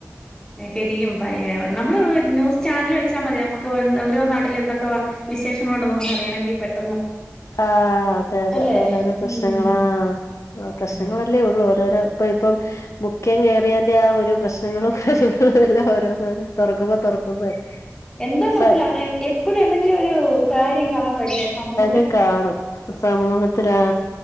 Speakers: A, on the left; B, on the left.
A: ശരിയും പ നമ്മള് ന്യൂ ചാനല് വെച്ചാൽ മതി നമുക്ക് അവര് ഓരോ നാട്ടിൽ എന്തൊക്കെ വിശേഷങ്ങളുണ്ടോ നമുക്ക റിയണെങ്കിൽ പെട്ടെന്ന്
B: ആഹ അതെ അതെ
A: അല്ലേ
B: അതെതെ പ്രശ്നങ്ങള
A: ഉം
B: ആ ആ പ്രശ്നങ്ങളല്ലേ
A: അതെ
B: ഉള്ളൂ ഓരോരോ ഇപ്പൊ ഇപ്പം മുഖ്യം കയറിയന്റെ ആ ഒരു പ്രശ് പ്രശ്നങ്ങ <unintelligible> എല്ലാം ഓരോന്നാണ് തുറക്കുമ്പോ തുറക്കുമ്പോ
A: എന്ത് നിറത്തില
B: സ
A: എ എപ്പോഴും എന്തെങ്കിലും ഒരു കാര്യം കാണുവല്ലേ സമൂഹ
B: ഇം കാണും സമൂഹത്തില് ആ